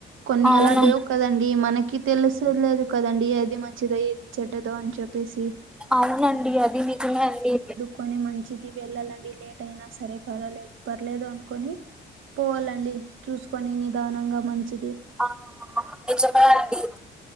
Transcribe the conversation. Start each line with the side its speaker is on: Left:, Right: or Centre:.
Right: కొన్ని
Centre: అవును
Right: అలా లేవుక్ కదండి మనకి తెలుసెలేదు కదండి ఏది మంచిదో ఏది చెడ్డదో అని చెప్పేసి.
Centre: అవునండి అది నిజమే అండి
Right: కొని మంచిది వెళ్ళాలండి లేట్ అయినా సరే పరలేదు పర్లేదు అనుకొని. పోవాలండి చూసుకొని నిదానంగా మంచిది
Centre: ఆ నిజమే అండి